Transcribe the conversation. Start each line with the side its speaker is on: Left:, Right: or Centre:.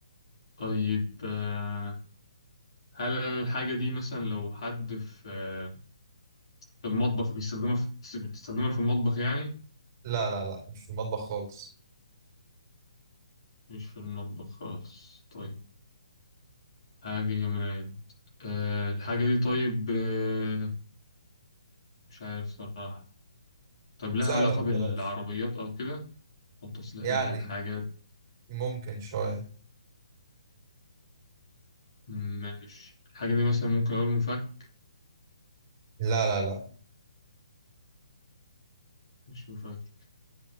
Left: طيب آه، هل الحاجة دي مثلا لو حد في آه، في المطبخ بيستخدمها في بتستخدمها في المطبخ يعني؟
Right: لا لا لا مش في المطبخ خالص
Left: مش في المطبخ خالص طيب حاجة جماد أه الحاجة دي طيب أه مش عارف صراحة طب لها
Right: سهله
Left: علاقة
Right: ما
Left: بالعربيات
Right: تقلقش
Left: أو كده أو تصليح
Right: يعني
Left: الحاجات
Right: ممكن شويه
Left: مم، ماشي الحاجة دي مثلا ممكن أقول مفك
Right: لا لا لا
Left: مش مفك